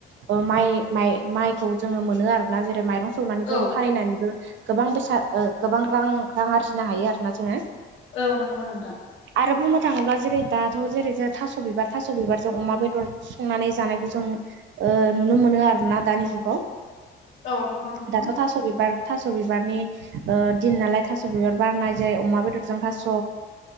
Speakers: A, on the right; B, on the left.
A: ओ माइ माइ माइखौ जोङो मोनो आरोना जेरै माइरं सौनानै
B: औ
A: जोङो फानहैनानैबो गोबां बेसाद ओ गोबां रां रां आरजिनो हायो आरोना जोङो
B: औ नंगौ नोंथां
A: आरो बुंनो थाङोब्ला जेरै दाथ' जेरै जों थास' बिबार थास' बिबारजों अमा बेदर संनानै जानायखौ जों ओ नुनो मोनो आरोना दानि जुगाव
B: औ <unintelligible>
A: दाथ' थास' बिबार थास' बिबारनि ओ दिन नालाय थास' बिबार बारनाय जेरै अमा बेदरजों थास'